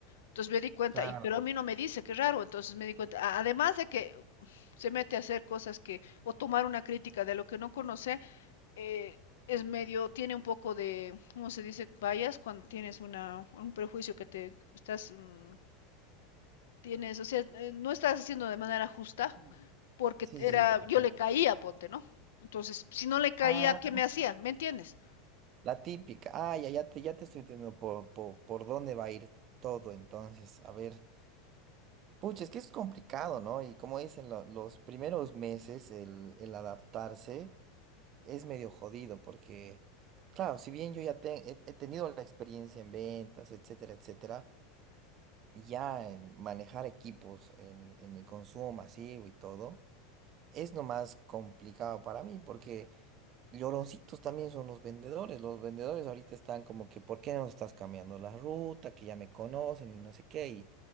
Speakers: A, on the left (about 85°); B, on the right (about 40°).
A: Entonces me di cuenta,
B: claro.
A: y pero a mí no me dice, qué raro, entonces me di cuenta, a- además de que se mete a hacer cosas que, o tomar una crítica de lo que no conoce, eh, es medio, tiene un poco de, ¿cómo se dice? Vayas cuando tienes una, un prejuicio que te estás, mm, tienes, o sea, eh, no estás haciendo de manera justa,
B: Mm.
A: porque
B: Sí,
A: era,
B: sí. sí,
A: yo le
B: sí.
A: caía, ponte, ¿no? Entonces, si no le caía,
B: Ah,
A: ¿qué me hacía? ¿Me entiendes?
B: la típica. Ah, ya, ya te, ya te estoy entendiendo por, por, por dónde va a ir todo, entonces. A ver. Pucha, es que es complicado, ¿no? Y como dicen, lo- los primeros meses, el, el adaptarse es medio jodido, porque, claro, si bien yo ya te- he, he tenido la experiencia en ventas, etcétera, etcétera, ya en manejar equipos, en, en el consumo masivo y todo, es nomás complicado para mí, porque. Lloroncitos también son los vendedores. Los vendedores ahorita están como que, ¿por qué no estás cambiando la ruta? Que ya me conocen y no sé qué. Y,